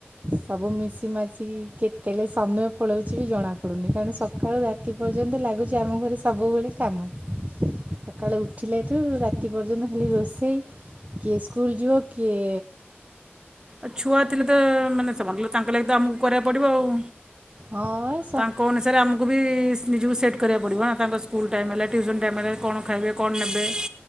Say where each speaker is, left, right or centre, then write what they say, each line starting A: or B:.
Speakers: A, on the right (about 35°); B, on the right (about 15°).
A: ସବୁ ମିଶି ମାସି କେତେବେଳେ ସମୟ ପଳଉଛି ବି ଜଣା ପଡୁନି, କାରଣ ସକାଳୁ ରାତି ପର୍ଯ୍ୟନ୍ତ ଲାଗୁଛି ଆମ ଘରେ ସବୁବେଳେ କାମ। ସକାଳେ ଉଠିଲେ ଠୁ ରା ତି ପର୍ଯ୍ୟନ୍ତ ଖାଲି ରୋଷେଇ କିଏ ସ୍କୁଲ ଯିବ, କିଏ
B: ଆଉ ଛୁଆ ଥିଲେ ତ, ମାନେ ସେମାନଙ୍କ ତାଙ୍କ ଲାଗି ତ ଆମକୁ କରିବାକୁ ପଡ଼ିବ ଆଉ।
A: ହଁ ବା।
B: ତାଙ୍କ ଅନୁସାରେ ଆମକୁ ବି ନିଜକୁ ସେଟ୍ କରିବାକୁ ପଡ଼ିବ ନା, ତାଙ୍କ ସ୍କୁଲ୍ ଟାଇମ୍ ହେଲା, ଟିଉସନ୍ ଟାଇମ୍ ହେଲା, କଣ ଖାଇବେ, କଣ ନେବେ?